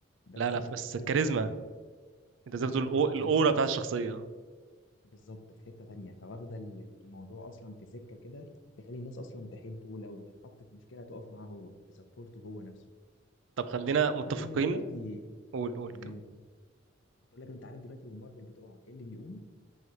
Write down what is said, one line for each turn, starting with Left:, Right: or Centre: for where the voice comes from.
Left: بس
Right: لا لا
Left: انت
Right: بس
Left: بتتكلم
Right: الكاريزما
Left: في حته ده
Right: انت زي
Left: بالظبط
Right: ما بتقول الأو-
Left: هي الكاريزما
Right: الاورا بتاعت الشخصيه
Left: بالظبط في حته تانية فواخده ال- الموضوع اصلا في سكه كده تخلي الناس اصلا تحبه لو اتحط في مشكله تقف معاه هو تسبورته هو نفسه
Right: طب خلينا
Left: بس انت
Right: متفقين
Left: عارف ايه اللي دلوقتي
Right: قول قول
Left: تمام كنت اقول لك انت عارف دلوقتي ومارفل بتقع ايه اللي بيقوم